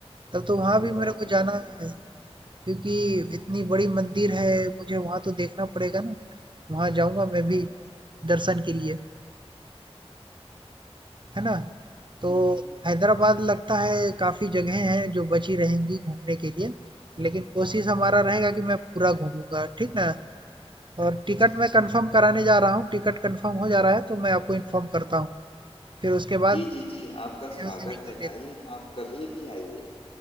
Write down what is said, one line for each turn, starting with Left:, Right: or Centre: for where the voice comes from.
Right: तब
Left: जी
Right: तो वहां
Left: तो
Right: भी
Left: आप
Right: मेरे
Left: फिक्र
Right: को जाना
Left: मत कर-
Right: है क्योंकि
Left: हाँ
Right: इतनी बड़ी मंदिर है, मुझे वहाँ तो देखना पड़ेगा ना। वहाँ जाऊँगा मैं भी
Left: जी
Right: दर्शन के लिए, है ना? तो
Left: जी जी जी
Right: हैदराबाद लगता है काफ़ी जगहें हैं जो बची रहेंगी घूमने के लिए,
Left: हम्म,
Right: लेकिन कोशिश हमारा रहेगा कि मैं पूरा घूमूँगा, ठीक ना? और
Left: हाँ
Right: टिकट
Left: जी
Right: मैं कंफर्म कराने जा रहा हूँ, टिकट कंफर्म हो जा रहा है तो मैं आपको इन्फॉर्म करता हूँ। फिर उसके बाद
Left: जी
Right: मैं
Left: जी जी आपका स्वागत
Right: यहाँ से निकल
Left: है
Right: लेता
Left: भाई आप कभी भी आइए